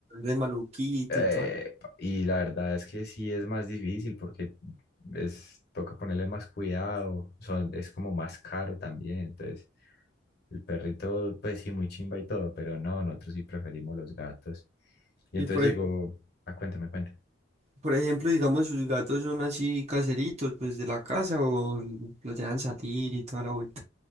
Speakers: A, on the right; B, on the left.
A: de maluquita
B: Eh,
A: y todo.
B: y la verdad es que sí es más difícil porque es, toca ponerle más cuidado, son, es como más caro también. Entonces, el perrito, pues sí, muy chimba y todo, pero no, nosotros sí preferimos los gatos. Y
A: Y
B: entonces
A: por,
B: llegó,
A: ej-
B: ah, cuéntame, cuéntame.
A: por ejemplo, digamos, sus gatos son así caseritos, pues de la casa o los dejan salir y toda la vuelta.